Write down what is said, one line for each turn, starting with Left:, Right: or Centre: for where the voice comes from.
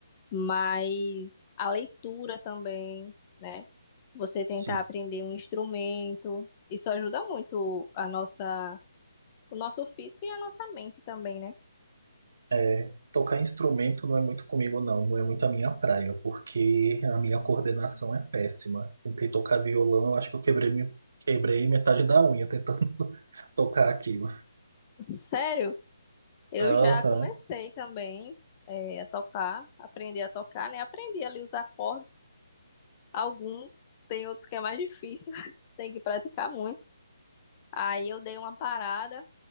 Left: mas a leitura também, né? Você tentar
Right: sim.
Left: aprender um instrumento, isso ajuda muito a nossa, o nosso físico e a nossa mente também, né?
Right: É, tocar instrumento não é muito comigo, não. Não é muito a minha praia, porque a minha coordenação é péssima. Tentei tocar violão, eu acho que eu quebrei, me- quebrei metade da unha tentando <laughs> tocar aquilo.
Left: Sério? Eu
Right: Aham.
Left: já comecei também eh, a tocar, aprender a tocar, né? Aprendi ali os acordes, alguns, tem outros que é mais difícil, <laughs> tem que praticar muito. Aí eu dei uma parada,